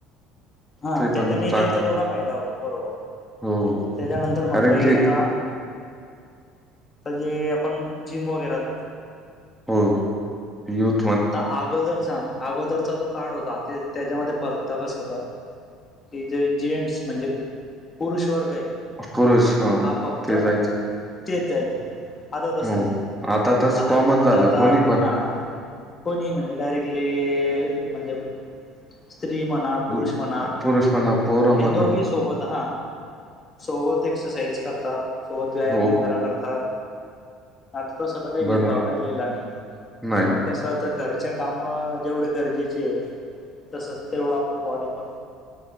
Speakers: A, on the left; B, in the centre.
A: हा
B: ते
A: त्याच्यानेही
B: पण चांग
A: त्यांचा
B: हां.
A: तेवढा फायदा होतो बरोबर.
B: हो,
A: त्याच्यानंतर म्हटलं
B: कारण
A: एक
B: की
A: आता आता जे आपण जिम वगैर जा
B: हम्म, ती युथ.
A: आता अगोदरचा, अगोदरचा जो काळ होता ते त्याच्यामध्ये बघता कसा होता? कि जे जेंट्स, म्हणजे पुरुष वर्ग आहे.
B: पुरुष हां,
A: हा फक्त,
B: ते जायचे.
A: तेच जायचं. आता तसं
B: हो,
A: नाही,
B: तसं
A: आता
B: कॉमन
A: जे म्हणत
B: झालं
A: आता
B: कोणी पण
A: हां. कोणी म्हणजे डायरेक्टली म्हणजे, स्त्री म्हणा, पुरुष
B: अ,
A: म्हणा.
B: पुरुष म्हणा, पोरं
A: हे
B: म्हणा.
A: दोघे सोबत हां. सोबत एक्सरसाइज करतात, सोबत व्यायाम
B: हो,
A: वगैरे करतात. आता तसा स्वतः काही
B: बरं
A: भेदभव
B: आहे.
A: राहिलेला नाही.
B: नाही.
A: म्हणून कसं आता घरच्या काम जेवढे गरजेचेये तसंच तेवढं आपलं बॉडी पण